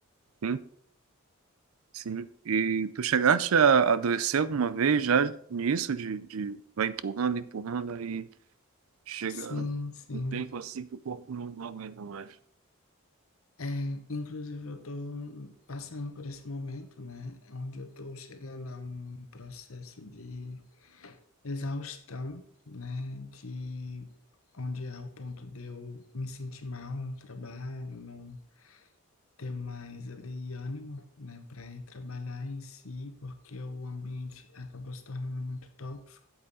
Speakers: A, on the right; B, on the left.
A: Sim, sim. E tu chegaste a adoecer alguma vez já nisso, de, de vai empurrando, empurrando, aí chega
B: Sim, sim.
A: um tempo assim que o corpo não, não aguenta mais.
B: É, inclusive, eu estou passando por esse momento, né, onde eu estou chegando a um processo de exaustão, né, de onde é o ponto de eu me sentir mal no trabalho, não ter mais ali ânimo, né, para ir trabalhar em si, porque o ambiente acabou se tornando muito tóxico.